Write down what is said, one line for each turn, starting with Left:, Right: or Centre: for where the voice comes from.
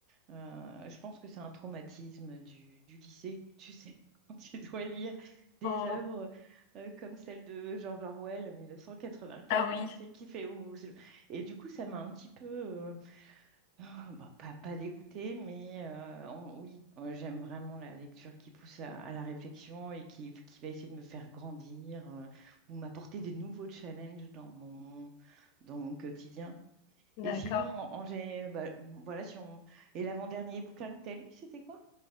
Right: Euh, je pense que c'est un traumatisme du, du lycée, tu sais, <laughs> quand tu dois lire des
Left: Oh,
Right: œuvres euh, comme celle de George Orwell, 1984,
Left: ah oui,
Right: tu sais, qui fait où. Et du coup, ça m'a un petit peu, euh, ah, bah, pas, pas dégoûtée, mais euh, en- oui, euh, j'aime vraiment la lecture qui pousse à, à la réflexion et qui, qui va essayer de me faire grandir euh, ou m'apporter des nouveaux challenges dans mon, dans mon quotidien.
Left: d'accord.
Right: Et sinon, en, en gé- bah, voilà, si on... Et l'avant-dernier bouquin que tu as lu, c'était quoi?